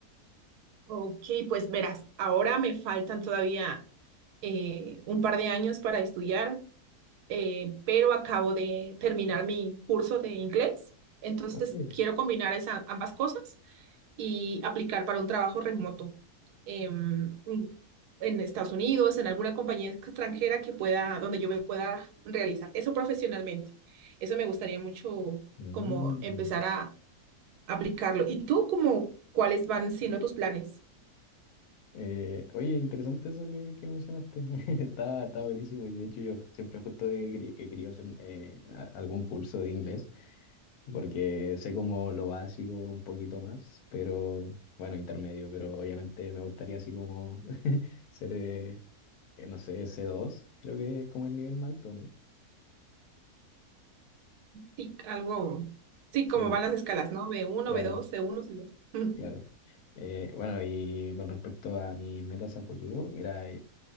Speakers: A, on the right; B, on the left.
A: Ok, pues verás, ahora me faltan todavía eh, un par de años para estudiar, eh, pero acabo de terminar mi curso de inglés, entonces
B: Ah, mira.
A: quiero combinar esa, ambas cosas y aplicar para un trabajo remoto em, en Estados Unidos, en alguna compañía extranjera que pueda, donde yo me pueda realizar eso profesionalmente. Eso me gustaría mucho
B: Mm.
A: como empezar a aplicarlo. ¿Y tú como cuáles van siendo tus planes?
B: Eh, oye, interesante eso que, que mencionaste. <laughs> Está, está buenísimo. Y de hecho, yo siempre justo he, queri- he querido hacer eh, a- algún curso de inglés. porque sé como lo básico un poquito más, pero bueno, intermedio, pero obviamente me gustaría así como <laughs> ser, eh, eh, no sé, c dos creo que es como el nivel más alto, ¿no?
A: Sí, algo, sí,
B: Sí,
A: como van las escalas, ¿no? B uno
B: claro,
A: b dos c uno c dos <laughs>
B: claro. Eh, bueno, y con respecto a mis metas a futuro, mira, eh,